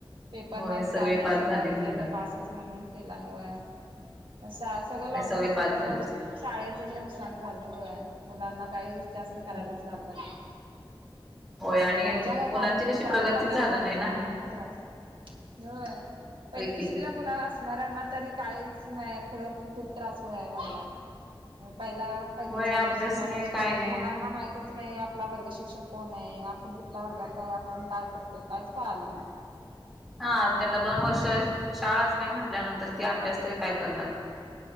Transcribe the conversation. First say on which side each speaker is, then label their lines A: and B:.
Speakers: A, on the right; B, in the centre.
A: पेपर
B: होय
A: नाही
B: सगळी
A: काय नाही
B: पास
A: सगळा
B: झाली
A: रिझल्ट
B: मुलं
A: पासच म्हणून केला हव. शा सगळं लॉकडाऊन
B: होय सगळे
A: असल्यामुळें
B: पास झालेत
A: शाळेचच नुकसान झालं होय मुलांना काही जास्त
B: हम्म
A: करायलाच लागलं नाही.
B: होय आणि
A: घरच्या का काम
B: मुलांची कशी
A: काम
B: प्रगती
A: करणाऱ्या
B: झालं
A: माणसांना
B: नाही ना
A: म त्रास. होय पहिली
B: होय
A: दुसरीला
B: की
A: मुला असणाऱ्यांना तरी काहीच नाही पुढं खूप त्रास व्हाय लागला. पहिला पहिलीच्या
B: होय अभ्यास
A: दुसरीच्या
B: नाही काय नाही
A: मुलांना माहितच नाही आपला वर्ग शिक्षक कोण आहे आपण कुठल्या वर्गात आहे आपण काय करतोय काहीच काय आलं ना.
B: हा त्यांना दोन वर्ष शाळाच नाही म्हटल्यानंतर ते अभ्यास तरी काय करणार?